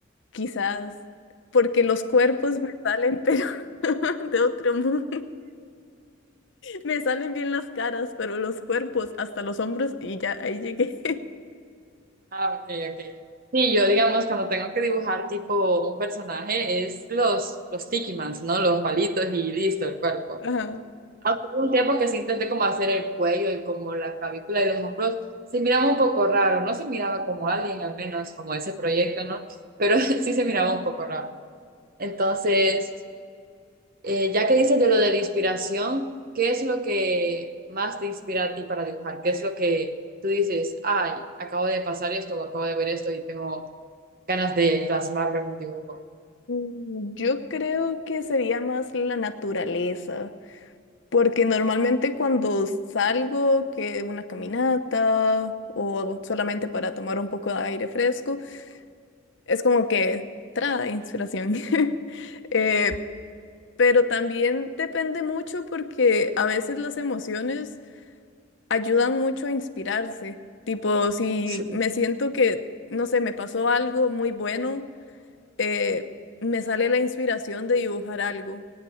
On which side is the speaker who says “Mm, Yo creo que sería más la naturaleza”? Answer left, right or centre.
Left